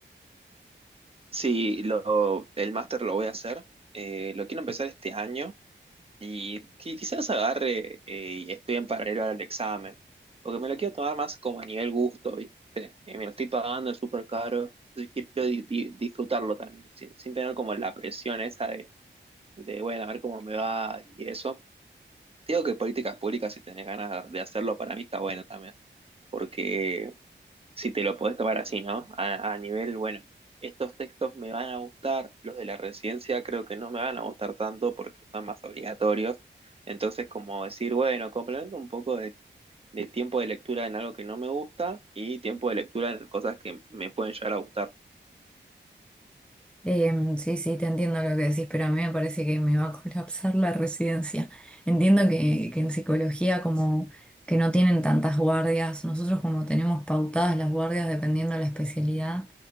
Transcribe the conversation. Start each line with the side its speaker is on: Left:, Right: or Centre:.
Right: Sí, lo, el máster lo voy a hacer. eh, lo quiero empezar este año y qui- quizás agarre eh, y estudie en paralelo al examen. Porque me lo quiero tomar más como a nivel gusto, ¿viste? Y me lo estoy pagando, es súper caro. Y quiero di- di- disfrutarlo también, sin, sin tener como la presión esa de, de, bueno, a ver cómo me va y eso. Te Digo que políticas públicas, si tenés ganas de hacerlo, para mí está bueno también porque si te lo podés tomar así, ¿no? A, a nivel, bueno, estos textos me van a gustar, los de la residencia creo que no me van a gustar tanto porque son más obligatorios. Entonces, como decir, bueno, complemento un poco de, de tiempo de lectura en algo que no me gusta y tiempo de lectura en cosas que me pueden llegar a gustar.
Centre: Em, sí, sí, te entiendo lo que decís, pero a mí me parece que me va a colapsar la residencia. Entiendo que, que en psicología como que no tienen tantas guardias, nosotros como tenemos pautadas las guardias dependiendo de la especialidad